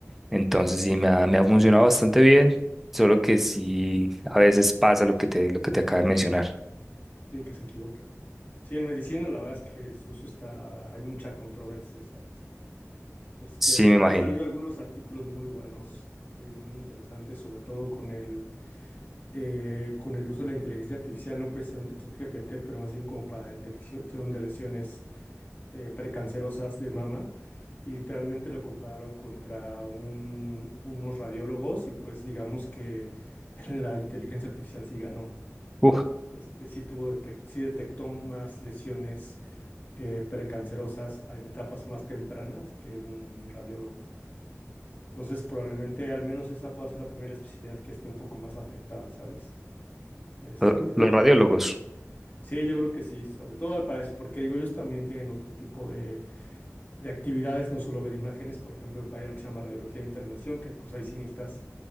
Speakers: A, in the centre; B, on the left (about 40°).
A: Entonces sí, me ha, me ha funcionado bastante bien, solo que sí, a veces pasa lo que te, lo que te acabo de mencionar.
B: sí, que se equivoca. Sí, en medicina la verdad es que su uso está, hay mucha controversia, ¿sabes? Este,
A: Sí, me
B: han
A: imagino.
B: salido algunos artículos muy buenos eh, y muy interesantes, sobre todo con el, eh, con el uso de la inteligencia artificial, no precisamente ChatGPT, pero más bien como para detección de lesiones eh, precancerosas de mama y literalmente lo compararon contra un- unos radiólogos y pues digamos que <laughs> la inteligencia artificial sí ganó.
A: Uf,
B: Este, sí tuvo detec- sí detectó más lesiones eh, precancerosas en etapas más tempranas que un radiólogo. Entonces, probablemente al menos esa pueda ser la primera especialidad que esté un poco más afectada, ¿sabes? Este,
A: lo- los radiólogos.
B: sí, yo creo que sí, sobre todo para eso, porque digo, ellos también tienen otro tipo de de actividades, no solo ver imágenes, por ejemplo, hay algo que se llama radiología de intervención, que pues ahí sí necesitas,